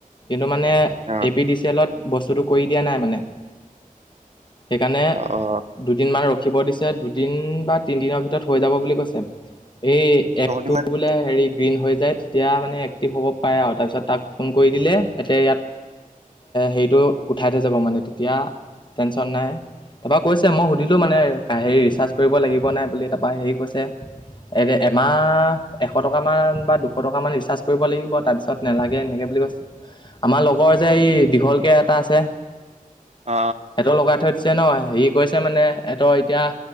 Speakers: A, on the left; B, on the right.
A: টো মানে
B: অ
A: এ পি ডি চি এলত বস্তুটো কৰি দিয়া নাই মানে সেইকাৰণে
B: অ অ
A: দুদিনমান ৰাখিব দিছে দুদিন বা তিনিদিনৰ ভিতৰত হৈ যাব বুলি কৈছে এই
B: তহঁতি
A: এপটো
B: মানে
A: বোলে হেৰি গ্ৰীণ হৈ যায় এতিয়া মানে এক্টিভ হ'ব পাৰে আৰু তাৰপিছত তাক ফোন কৰি দিলে সিহঁতে ইয়াত হেৰিটো উঠাই থ যাব মানে তেতিয়া টেনশ্যন নাই তপ কৈছে মই সুধিলো মানে হেৰি ৰিচাৰ্জ কৰিব লাগিব নাই বুলি তাৰপৰা হেৰি কৈছে। এ- এমাহ এশ টকা মান বা দুশ টকা মান ৰিচাৰ্জ কৰিব লাগিব তাৰপিছত নালাগে এনেকে বুলি কৈছে। আমাৰ লগৰ যে এই দীঘলকে এটা আছে
B: অ
A: সিহতৰ লগাই থৈ। ছে নহয় হেৰি কৈছে মানে এতৰ এতিয়া